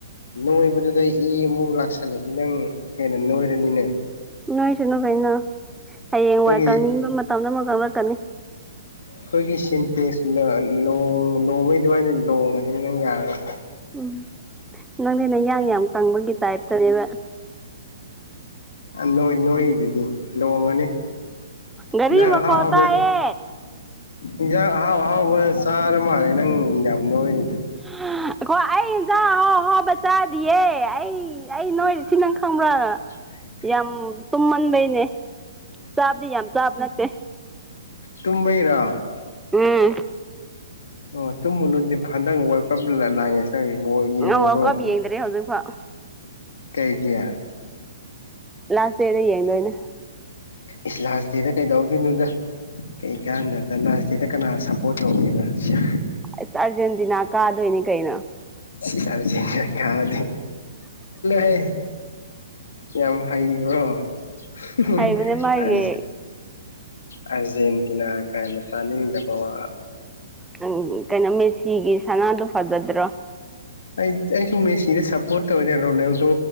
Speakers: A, on the left (about 75°); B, in the centre.
A: ꯅꯣꯏꯕꯗꯨꯗ ꯏ ꯑꯃꯨꯛ ꯂꯥꯛꯁꯜꯂꯗꯤ ꯅꯪ ꯍꯦꯟꯅ ꯅꯣꯏꯔꯅꯤꯅꯦ
B: ꯅꯣꯏꯁꯅꯨ ꯀꯩꯅꯣ ꯍꯌꯦꯡꯋꯥꯏ
A: ꯑꯩꯈꯣꯏꯒꯤ
B: ꯀꯪꯅꯤꯡꯕ ꯃꯇꯝꯗ ꯑꯃꯨꯛ ꯀꯪꯂꯛꯀꯅꯤ
A: ꯑꯩꯈꯣꯏꯒꯤ ꯁꯤꯟꯇꯦꯛꯁ ꯂ ꯂꯣꯡꯕꯩ ꯑꯗꯨꯃꯥꯏꯅ ꯂꯣꯡꯉꯅꯤ ꯅꯪ ꯌꯥꯔꯔꯣꯏ
B: ꯎꯝ ꯅꯪꯗꯤ ꯅꯌꯥꯡ ꯌꯥꯝ ꯀꯪꯕꯒꯤ ꯇꯥꯏꯞꯇꯅꯦꯕ
A: ꯅꯣꯏ ꯅꯣꯏꯔꯤꯗꯨꯗꯤ ꯂꯣꯡꯉꯅꯤ
B: ꯒꯥꯔꯤ
A: ꯏꯟꯖꯥꯡ
B: ꯃꯈꯣꯜ
A: ꯑꯍꯥꯎ ꯑꯍꯥꯎꯕ
B: ꯇꯥꯏꯌꯦ
A: ꯏꯟꯖꯥꯡ ꯑꯍꯥꯎ ꯑꯍꯥꯎꯕ ꯆꯥꯔ ꯃꯥꯜꯂꯦ ꯅꯪ ꯌꯥꯝꯅ ꯅꯣꯏꯔꯤꯗꯨ
B: <unintelligible> ꯑꯩꯈꯣꯏ ꯑꯩ ꯏꯟꯖꯥꯡ ꯑꯍꯥꯎ ꯑꯍꯥꯎꯕ ꯆꯥꯗꯤꯌꯦ ꯑꯩ ꯑꯩ ꯅꯣꯏꯔꯤꯁꯤ ꯅꯪ ꯈꯪꯕ꯭ꯔꯥ
A: <inaudible>
B: ꯌꯥꯝ ꯇꯨꯝꯃꯟꯕꯩꯅꯦ ꯆꯥꯕꯗꯤ ꯌꯥꯝ ꯆꯥꯕ ꯅꯠꯇꯦ
A: ꯇꯨꯝꯕꯩꯔꯥ
B: ꯎꯝ
A: ꯑꯣ ꯇꯨꯝꯃꯨꯅꯨꯗꯤ ꯍꯟꯗꯛ ꯋꯥꯔꯜ ꯀꯞ ꯂꯥ ꯂꯥꯛꯢꯉꯩꯁꯤꯗ ꯕꯣꯜ ꯌꯦꯡꯍꯧꯔꯣ
B: ꯋꯥꯔꯜ ꯀꯞ ꯌꯦꯡꯗ꯭ꯔꯦ ꯍꯧꯖꯤꯛꯐꯥꯎ
A: ꯀꯩ ꯒꯤ
B: ꯂꯥꯁ ꯗꯦꯗ ꯌꯦꯡꯗꯣꯏꯅꯦ
A: ꯏꯁ ꯂꯥꯁ ꯗꯦꯗ ꯀꯩꯗꯧꯗꯣꯏꯅꯣꯗ ꯀꯔꯤ ꯀꯥꯟꯗꯕꯗ ꯂꯥꯁꯇꯤꯗ ꯀꯅꯥ ꯁꯥꯄꯣꯇ ꯇꯧꯅꯤꯕ ꯁꯥ
B: ꯑꯥꯏꯁ ꯑꯥꯔꯖꯦꯟꯇꯤꯅꯥ ꯀꯥꯗꯣꯏꯅꯤ ꯀꯩꯅꯣ
A: <unintelligible> ꯆꯂꯣ ꯍꯦ ꯌꯥꯝ ꯍꯩꯕ꯭ꯔꯣ <unintelligible>
B: ꯍꯩꯕꯅꯦ ꯃꯥꯒꯤ
A: ꯑꯁ ꯑꯥꯔꯖꯦꯟꯇꯤꯅꯥ ꯀꯥꯏꯅ ꯇꯥꯅꯤꯡꯗꯕ ꯋꯥ
B: ꯅꯥꯪ ꯀꯩꯅꯣ ꯃꯦꯁꯤꯒꯤ ꯁꯅꯥꯗꯣ ꯐꯖꯗ꯭ꯔꯣ
A: ꯑꯩ ꯑꯩꯁꯨ ꯃꯦꯁꯤꯗ ꯁꯞꯄꯣꯔꯠ ꯇꯧꯋꯦꯅꯦ ꯔꯣꯅꯦꯜꯗꯣ